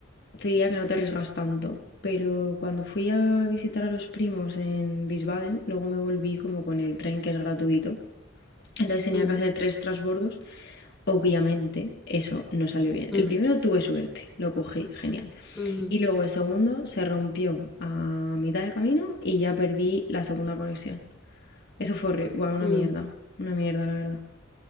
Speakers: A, on the left; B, in the centre.
A: te diría que no te arriesgas tanto, pero cuando fui a visitar a los primos en Wiesbaden, luego me volví como con el tren que es gratuito. Entonces tenía
B: Ujú,
A: que hacer tres transbordos. Obviamente eso no salió bien.
B: mm,
A: El primero tuve suerte, lo cogí, genial.
B: ujú,
A: Y luego el segundo se rompió a mitad de camino y ya perdí la segunda conexión. Eso fue horri- Bueno, una
B: mm,
A: mierda, una mierda la verdad.